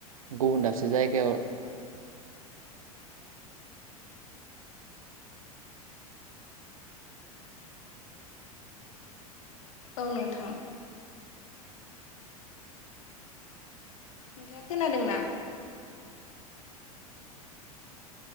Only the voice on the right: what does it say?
गुबुन दाबसे जायगायाव।